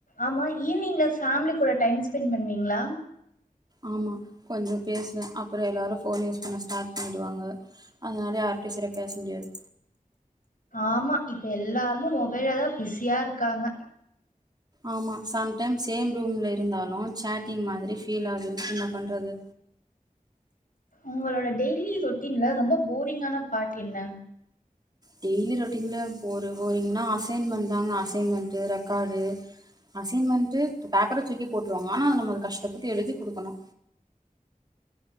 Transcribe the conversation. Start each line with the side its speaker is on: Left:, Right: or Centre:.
Left: ஆமா ஈவினிங்ல ஃபேமிலி கூட டைம் ஸ்பெண்ட் பண்ணுவீங்ளா
Right: ஆமா கொஞ்ச பேசுவே அப்றோ எல்லோரு போன் யூஸ் பண்ண ஸ்டாட் பண்ணிடுவாங்க அதனாலே யார்டையு செரியா பேச முடியாது
Left: ஆமா இப்ப எல்லாருமு மொபைல தா பிஸியா இருக்காங்க
Right: ஆமா சம்டைம்ஸ் சேம் ரூம்ல இருந்தாலு சேட்டிங் மாதிரி ஃபீல் ஆகுது என்ன பண்றது
Left: உங்களோட டெய்லி ரொட்டீன்ல ரொம்ப போரிங்கான பாட் என்ன
Right: டெய்லி ரொட்டீன்ல போரு போரிங்கன்னா அசைன்மெண்ட் தாங்க அசைன்மெண்ட் ரெக்காடு அசைன்மெண்ட் பேப்பர துக்கி போட்டுருவாங்க ஆனா நம்ம அத கஷ்டப்பட்டு எழுதி குடுக்கனு